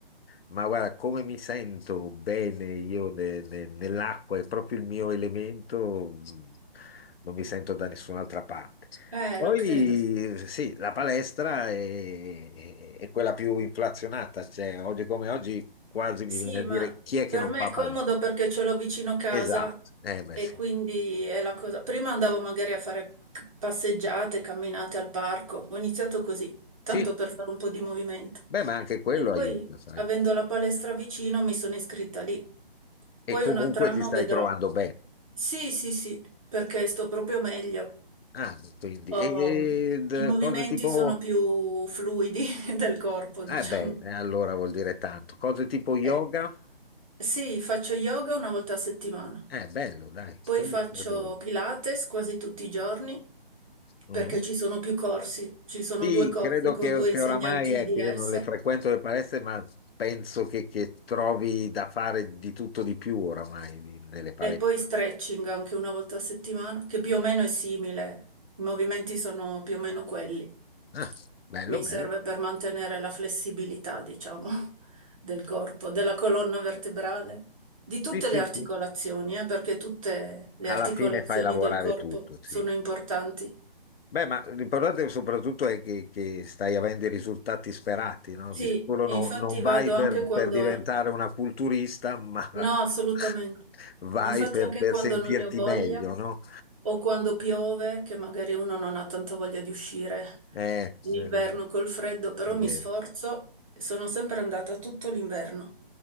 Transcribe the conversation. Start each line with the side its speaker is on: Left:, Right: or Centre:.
Left: ma guarda, come mi sento bene io ne- ne- nell'acqua, è proprio il mio elemento, mh, non mi sento da nessun'altra parte.
Right: Eh,
Left: Poi
Right: lo credo, sì.
Left: sì, la palestra è, è- è quella più inflazionata, cioè oggi come oggi quasi
Right: Sì,
Left: mi viene a dire
Right: ma
Left: chi è che
Right: per
Left: non
Right: me
Left: fa
Right: è comodo
Left: palestra.
Right: perché ce l'ho vicino casa
Left: Esatto, eh beh
Right: e
Left: sì.
Right: quindi è la cosa. Prima andavo magari a fare c- passeggiate, camminate al parco. Ho iniziato così, tanto
Left: Sì,
Right: per fare un po' di movimento.
Left: beh ma anche quello
Right: E poi,
Left: aiuta, sai.
Right: avendo la palestra vicino, mi sono iscritta lì. Poi
Left: E comunque
Right: un altro anno
Left: ti stai
Right: vedrò.
Left: trovando bene.
Right: Sì, sì, sì, perché sto proprio meglio.
Left: Ah, quindi,
Right: Ehm,
Left: e, ed,
Right: i
Left: eh,
Right: movimenti
Left: cose tipo
Right: sono più fluidi <laughs> del corpo, diciamo.
Left: Eh beh, eh, allora vuol dire tanto. Cose tipo yoga?
Right: Eh, sì, faccio yoga una volta a settimana,
Left: Eh, bello, dai,
Right: poi
Left: quello
Right: faccio
Left: credo.
Right: Pilates quasi tutti i giorni
Left: Mm.
Right: perché ci sono più corsi, ci sono
Left: Sì,
Right: due corsi
Left: credo
Right: con
Left: che,
Right: due
Left: che
Right: insegnanti
Left: oramai, ecco,
Right: diverse.
Left: io non le frequento le palestre, ma penso che, che trovi da fare di tutto di più oramai di- nelle palestre.
Right: E poi stretching anche una volta a settimana, che più o meno è simile, i movimenti sono più o meno quelli.
Left: Ah, bello,
Right: Mi
Left: bello.
Right: serve per mantenere la flessibilità, diciamo, <laughs> del corpo, della colonna vertebrale, di tutte
Left: Sì, sì,
Right: le articolazioni,
Left: sì.
Right: eh, perché tutte le
Left: Alla
Right: articolazioni
Left: fine fai lavorare
Right: del corpo
Left: tutto, sì.
Right: sono importanti.
Left: Beh, ma l'importante soprattutto è che, che stai avendo i risultati sperati, no?
Right: Sì,
Left: Di sicuro
Right: infatti
Left: no- non vai
Right: vado
Left: per,
Right: anche quando
Left: per diventare una culturista, ma
Right: No, assolutamente.
Left: <laughs> vai
Right: Infatti
Left: per,
Right: anche
Left: per
Right: quando
Left: sentirti
Right: non ne ho voglia
Left: meglio, no?
Right: o quando piove, che magari uno non ha tanta voglia di uscire
Left: Eh,
Right: in inverno
Left: eh,
Right: col freddo, però
Left: è
Right: mi
Left: vero.
Right: sforzo, sono sempre andata tutto l'inverno